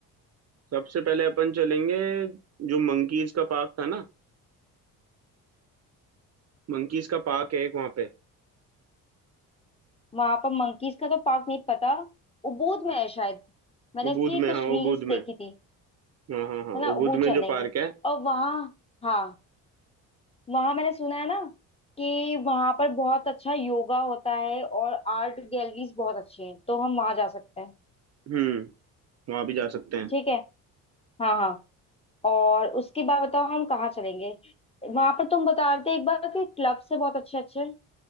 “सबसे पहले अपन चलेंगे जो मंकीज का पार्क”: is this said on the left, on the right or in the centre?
Right